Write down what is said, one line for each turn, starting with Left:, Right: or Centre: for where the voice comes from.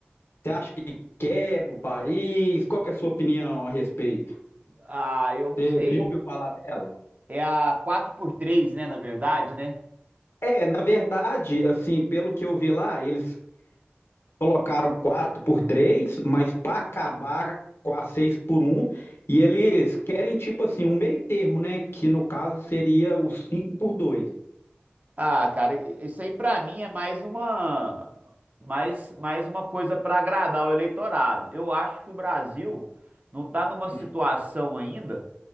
Left: Você acha que quebra o país? Qual que é a sua opinião a respeito?
Right: Ah, eu não
Left: Você
Right: sei.
Left: já ouviu falar dela?
Right: É a quatro por três, né, na verdade, né?
Left: É, na verdade, assim, pelo que eu vi lá, eles colocaram 4 por 3, mas para acabar com a 6 por um e eles querem tipo assim, um meio termo, né? Que no caso seria o 5 por 2.
Right: Ah, cara, isso aí pra mim é mais uma mais, mais uma coisa pra agradar o eleitorado. Eu acho que o Brasil não tá numa situação
Left: Hum,
Right: ainda